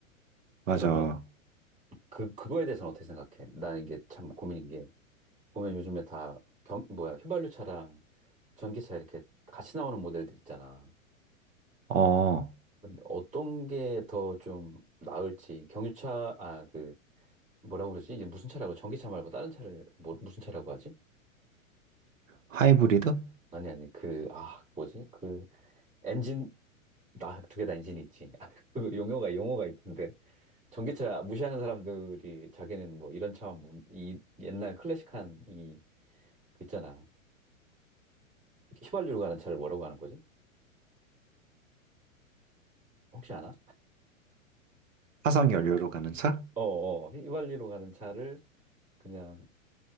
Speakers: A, on the right; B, on the right.
A: 맞아.
B: 그러면 그, 그거에 대해서는 어떻게 생각해? 나 이게 참 고민인 게 보면 요즘에 다 경, 뭐야, 휘발유차랑 전기차 이렇게 같이 나오는 모델들 있잖아.
A: 어,
B: 근데 어떤 게 더 좀 나을지, 경유차, 아, 그, 뭐라고 그러지? 이제 무슨 차라고, 전기차 말고 다른 차를, 뭐, 무슨 차라고 하지?
A: 하이브리드?
B: 아니, 아니, 그, 아, 뭐지? 그, 엔진, 나, 두 개 다 엔진이 있지. <laughs> 아, 그 용어가, 용어가 있던데. 전기차 무시하는 사람들이 자기는 뭐 이런 차, 뭐, 이 옛날 클래식한 이, 그 있잖아. 휘발유로 가는 차를 뭐라고 하는 거지? 혹시 아나?
A: 화석 연료로 가는 차?
B: 어, 어, 휘발유로 가는 차를 그냥